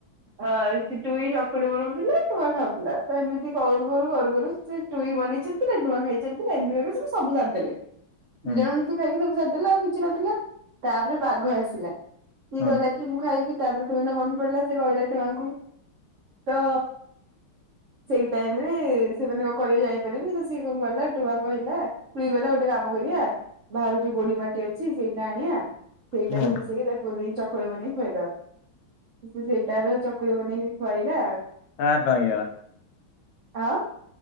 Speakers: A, on the right; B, on the left.
A: ଆ ସେ ଟୁଇଁ ଚକୁଳି ବନାଉଥିଲା ଟୁଆଁ ଖାଉଥିଲା ତ ଏମିତି କରୁ କରୁ କରୁ କରୁ ସେ ଟୁ ଟୁଇଁ ବନେଇଚାଲିଥିଲା ଟୁଆଁ ଖାଇଚାଲିଥିଲା ଏମିତି କରିକି ସବୁ ସାରିଦେଲେ।
B: ହୁଁ
A: ଦୀଜନ ମିଶି ଖାଇକି ସବୁ ସାରିଦେଲା ଆଉ କିଛି ନଥିଲା ତାପରେ ବାଘ ଆସିଲା ସିଏ
B: ହୁଁ
A: କହିଲା କି ମୁଁ ଖାଇବି ତାପରେ ଟୁଇଁ ର ମନ ପଡିଲା ସେଏ କହିଲା ଟୁଆଁଙ୍କୁ ତ ସେଇ ଟାଇମ ରେ ସେମାନେ କଣ କରିବେ ଯାଇପାରିବନି ତ ସିଏ କଣ କଲା ଟୁଆଁ କହିଲା ଟୁଇଁ ଗଲା ଗୋଟେ କା ମ କରିବା ବାହାରୁ ଯୋଉ ଗୋଢ଼ି ମାଟି ଅଛି ସେଇଟା ଆଣିବା। ସେଇଟାକୁ
B: ହୁଁ
A: ମିଶେଇିକି ତାକୁ ଦେଇକି ଚକୁଳି ବନେଇକି ଖୋଇଦବା। ସେ ସେଇଟାର ଚକୁଳି ବନେଇକି ଖୁଆଇଲା
B: କା ପାଇଁ କା?
A: ଆଁ?